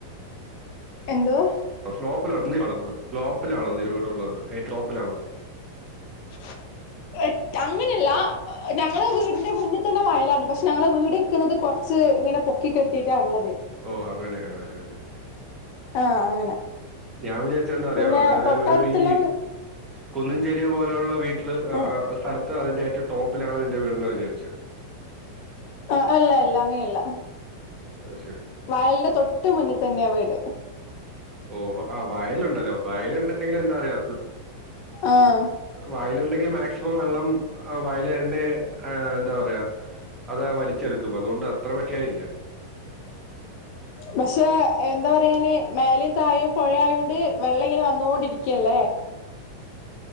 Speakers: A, on the left (about 45°); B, on the right (about 20°).
A: എന്തുവാ
B: ആ സ്ലോപ്പിലോ സ്ലോപ്പിലാണോ നിൻ്റെ വീട്ള്ളത്ഏ ടോപ്പിലാണോ
A: <inaudible> അങ്ങനെയല്ല ഞങ്ങളുടെ വീടിന്റെ മുന്നിൽ തന്നെ വയലാണ് പക്ഷെ ഞങ്ങളെ വീട് ഇരിക്കുന്നത് കുറച്ച് ഇങ്ങനെ പൊക്കി പൊക്കി കെട്ടിയിട്ടാ ഉള്ളത്
B: ഓ അങ്ങനെെ ശരി ശരി
A: ആഹ് അങ്ങനെ
B: ഞാൻ വിചാരിച്ച എന്താ അറിയോ
A: പിന്നെ
B: അതായത്
A: തൊട്ടടുത്തുള്ള
B: ഒരു ഈ
A: വീ
B: കുന്നഞ്ചേരി പോലെയുള്ള വീട്ടില്
A: ഉം
B: സ്ഥലത്ത് അതിന്റെ ഏറ്റവും ടോപ്പിലാണ് നിന്റെ വീട്ന്ന് വിചാരിച്ചച്ച്.
A: ആഹ് അല്ല അല്ല അങ്ങനെയല്ല.
B: അത് ശരി
A: വയലിന്റെ തൊട്ട് മുന്നിൽ തന്നെയ വീട്.
B: ഓ ആ വയലുണ്ടല്ലോ വയലുണ്ടെങ്കിൽ എന്താ പറയ്യാ
A: ആഹ്
B: വയലുണ്ടെങ്കിൽ മാക്സിമം വെള്ളം വയൽ തന്നെ ആഹ് എന്താ പറയാ അത് വലിച്ചെടുക്കും അതുകൊണ്ട് അത്ര പറ്റിയാനല്ല.
A: പക്ഷെ എന്താ പറയാന് മേലും തായും പുഴ ആയോണ്ട് വെള്ളം ഇങ്ങനെ വന്നോൊണ്ടിരിക്കയല്ലേ?